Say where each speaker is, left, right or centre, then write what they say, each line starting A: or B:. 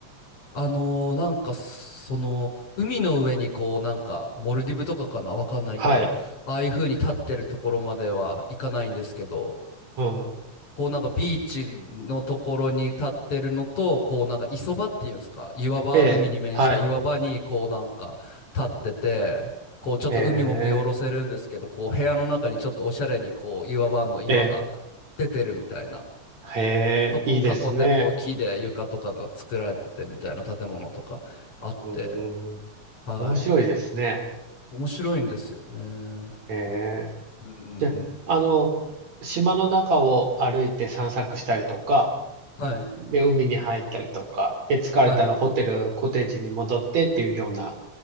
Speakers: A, on the left; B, on the right.
A: あのーなんかその海の上にこうなんかモルディブとかかなわかんないけどああいう風に立ってるところまでは行かないんですけど
B: はい、うん、
A: こうなんかビーチのところに立ってるのとこうなんか磯場っていうんですか岩場海に面した岩場にこうなんか立っててこうちょっと海も見下ろせるんですけどこう部屋の中にちょっとおしゃれにこう岩場の岩が出てるみたいな。
B: ええ、はい、へえ、ええ、へえ、
A: そこを囲んで、
B: いいですね。
A: こう、木で床とかが作られててみたいな建物とかあって、
B: うーん、
A: はい。
B: 面白いですね。
A: 面白いんですよね。うん
B: へえ。
A: うんうん。
B: じゃあ、あの、島の中を歩いて散策したりとか、
A: はい。
B: で、海に入ったりとか、で、疲れたらホテル、
A: はい。
B: コテージに戻ってっていうような